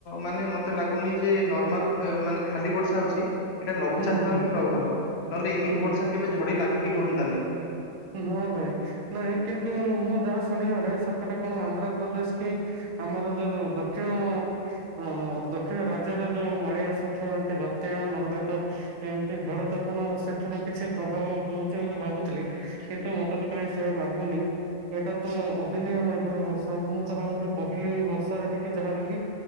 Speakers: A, on the left (about 60°); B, on the right (about 75°).
A: ମାନେ ମତେ ଲାଗୁନି ଯେ ନର୍ମାଲ ଏ ମାନେ ଖାଲି ବର୍ଷା ହଉଛି। ଏଇଟା ଲଘୁଚାପର
B: ହୁଁ ହୁଁ ହୁଁ
A: ହିଁ ପ୍ରଭାବ, ନହେଲେ ଏମିତି
B: ହୁଁ
A: ବର୍ଷା କେବେ ଝଡି ଲାଗିକି ରୁହନ୍ତାନି।
B: ହଁ ଭାଇ, ନାଇଁ କିନ୍ତୁ ମୁଁ ଯାହା ଶୁଣିବାରେ ସେପଟେ କଣ ଆନ୍ଧ୍ରପ୍ରଦେଶ କି ଆମର ଯୋଉ-ଯୋଉ ଦକ୍ଷିଣ ହଁଅ-ଅ ଦକ୍ଷିଣ ରାଜ୍ୟରେ ଯୋଉ ମାଡି ଆସୁଥିବା ଏମିତି ବାତ୍ୟା ନହେଲେ ତ ଏମତି ଝଡ ତୋଫାନ ସେଥିରୁ କିଛି ପ୍ରଭାବ ହଉଚି ବୋଲି ଭାବୁଥିଲି। କିନ୍ତୁ ମତେ ତ କାଇଁ ସେଇୟା ଲାଗୁନି। ଏଇଟା ତ ଅଦିନିଆ ମେଘର ବର୍ଷା, ମୁଁ ତ ଭାବୁଥିଲି ପହିଲି ବର୍ଷାରେ ଟିକେ ଯାହାେଲେ ବି